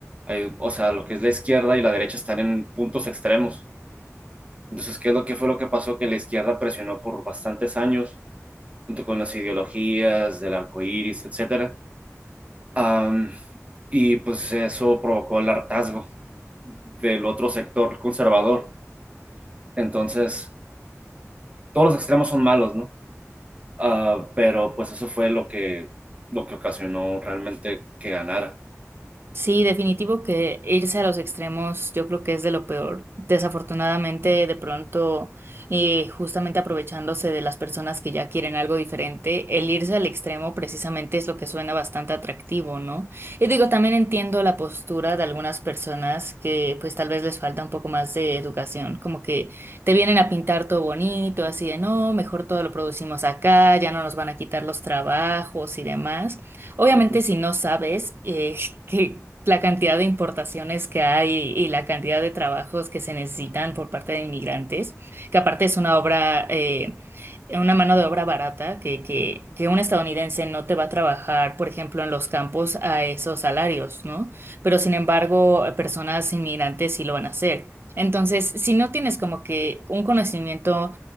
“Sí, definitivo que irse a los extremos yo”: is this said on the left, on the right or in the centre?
Right